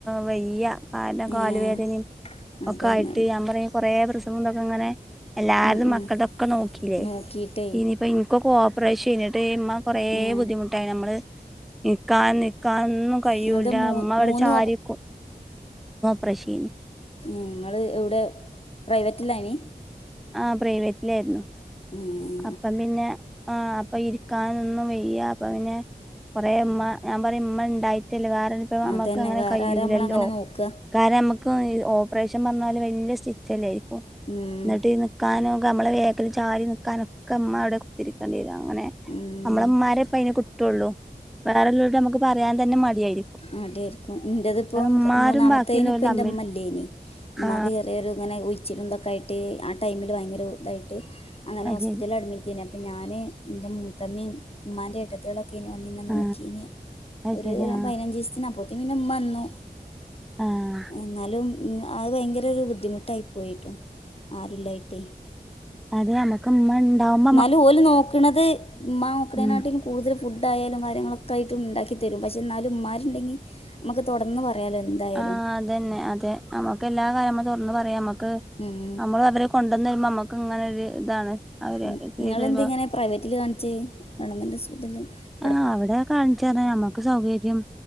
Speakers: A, in the centre; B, on the left.
A: വയ്യ നാല്ലകാലുവേദനിം
B: ഏഹ് അതന്നെ
A: ഒക്കെ ആയിട്ട് ഞാൻ പറഞ്ഞ കൊറെ പ്രശ്നങ്ങളും തൊക്കെ ഇങ്ങനെ എല്ലാവരതും
B: ഉം ഉം
A: മക്കൾതൊക്കെ നോക്കില്ലേ
B: നോക്കീട്ടേ
A: ഇനിയിപ്പോ ഇൻ ഒക്ക് ഓപ്പറേഷെയ്ന് എന്നിട്ട് ഇമ്മ കൊറേ
B: ഏഹ്
A: ബുദ്ധിമുട്ടായി നമ്മള് ഇരിക്കാനും നിക്കാന്നും ഒന്നും കയ്യൂല്ല
B: നിങ്ങളത് മൂ
A: ഇമ്മ ഇവിടെ
B: മൂന്ന്
A: ചാരിക്കും പ്രഷെയ്ന്
B: ങ്ങള് എവിടെ പ്രൈവറ്റില്ലായിന്
A: ആഹ് പ്രൈവറ്റിലായിരുന്നു
B: ഉം
A: അപ്പ പിന്നെ ആ അപ്പൊ ഇരിക്കനൊന്നും വെയ്യ അപ്പൊ പിന്നെ കുറേ ഉമ്മ ഞാൻ പറയും ഉമ്മ ഉണ്ടായിട്ടല്ലേ വേറെ ഇപ്പ നമ്മൾക്ക്
B: അതന്നെ
A: അങ്ങനെ
B: വേറെ
A: കയ്യൂലല്ലോ
B: ആരാ നമ്മളങ്ങനെ നോക്കുക
A: കാരണംം നമ്മുക്ക് ഓപ്പറേഷൻ പറന്നാല് വല്യ സ്റ്റിച്ചല്ലേ ഇപ്പ
B: ഉം
A: എന്നിട്ട് നിക്കാനും നമ്മളെ വേക്കിൽ ചാരി നിക്കാനൊക്ക ഇമ്മ അവിടെ കുത്തിരിക്കേണ്ടി വരും അങ്ങനെ
B: ഉം
A: നമ്മളെമ്മാരെപ്പ അയിന് കിട്ടൊള്ളൂ വേറെല്ലോലൊട് നമുക്ക് പറയാൻ തന്നെ മടിയായി
B: മടിആയിരിക്കും ഇന്റതിപ്പം
A: ഇമ്മാരും
B: മൂന്നാമത്തേനി
A: ബാക്കിയുള്ളോരും
B: ഇപ്പ ഇന്റെഇമ്മല്ലേയിന്
A: തമ്മിൽ
B: ഉമ്മാക്ക്
A: ആ
B: ചെറിയൊരു അങ്ങനെ ഒഴിച്ചിലും ഇതൊക്കെ ആയിട്ട് ആഹ് ടൈമില് ഭയങ്കര ഇതായിട്ട് അങ്ങനെ
A: അത്
B: ഹോസ്പിറ്റലിൽ
A: ശരി
B: അഡ്മിറ്റ് ആന്നു അപ്പം ഞാന് എന്റെ മൂത്തമ്മയും ഉമ്മാന്റെ എട്ടത്തികളൊ ഓക്കേനി വന്നന്നെ നോക്കിന്
A: ആ അത്
B: ഒരു
A: ശരി ആ
B: പതിനഞ്ച് ദിവസത്തിന് അപ്പത്തേ പിന്നെ അമ്മ വന്നു
A: ആഹ്
B: എന്നാലും അത് ഭയങ്കര ഒരു ബുദ്ധിമുട്ടായി പോയിട്ടോ ആരുല്ലായിട്ടേ
A: <unintelligible> ക്കമ്മണ്ടാവ്
B: ന്നാലും ഓല് നോക്കണത് ഉമ്മാ നോക്കണേകാട്ടിലും
A: ഉം
B: കൂടുതല് ഫുഡ് ആയാലും കാര്യങ്ങളൊക്കെ ആയിട്ടും ഉണ്ടാക്കിത്തരും പക്ഷേ എന്നാലും ഉമ്മാരുണ്ടെങ്കിൽ നമുക്ക് തുറന്ന് പറ പറയാലോ എന്തായാലും
A: ആഹ് അതന്നെ അതെ നമ്മുക്ക് എല്ലാ കാര്യംമ്മക്ക് തുറന്ന് പറയാം നമ്മുക്ക്
B: ഉം
A: നമ്മള് അവരെ കൊണ്ടുവന്ന് വരുമ്പോ നമ്മക്ക് ഇങ്ങനെ ഒരു ഇതാണ് അവര്
B: ഉം
A: ചെയ്തരുമ്പോ
B: നിങ്ങളെന്ത് ഇങ്ങനെ പ്രൈവറ്റില് കാണിച്ച് <unintelligible>
A: ആഹ് അവിടെ കാണിച്ചാ ഞമ്മ സൗകര്യം